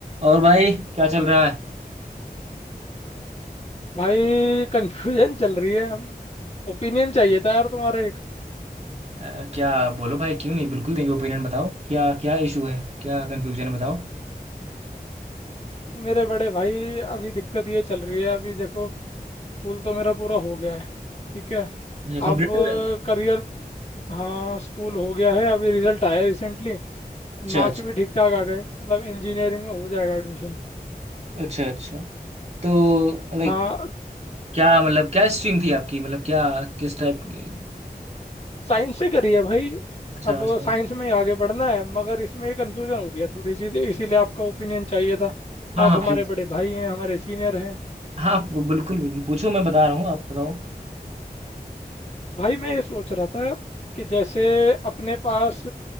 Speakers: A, on the right; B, on the left.
A: और भाई क्या चल रहा है
B: भाई कंफ्यूजन चल रही है ओपिनियन चाहिए था यार तुम्हारे एक
A: अ, क्या बोलो भाई क्यों नहीं बिल्कुल देंगे ओपिनियन बताओ क्या क्या इशू है क्या कंफ्यूजन है बताओ
B: मेरे बड़े भाई अभी दिक्कत ये चल रही है अभी देखो स्कूल तो मेरा पूरा हो गया है ठीक है
A: कंप्यूटर
B: अब करियर हाँ स्कूल हो गया है अभी रिजल्ट आया रिसेंटली
A: अच्छा
B: मार्क्स
A: अच्छा
B: भी ठीक ठाक आ गए मतलब इंजीनियरिंग में हो जाएगा एडमिशन
A: अच्छा अच्छा तो लाइक
B: हाँ
A: क्या मतलब क्या स्ट्रीम थी आपकी मतलब क्या किस टाइप की
B: साइंस से करी है भाई
A: अच्छा
B: अब
A: साइंस
B: साइंस में ही आगे बढ़ना है मगर इसमें कंफ्यूजन हो रही है थोड़ी सी इसीलिए आपका ओपिनियन चाहिए था
A: हाँ
B: आप
A: हाँ
B: हमारे
A: पूछ-
B: बड़े भाई हैं हमारे सीनियर हैं
A: हाँ बिल्कुल बिल्कुल पूछो मैं बता रहा हूँ आप बताओ
B: भाई मैं ये सोच रहा था कि जैसे अपने पास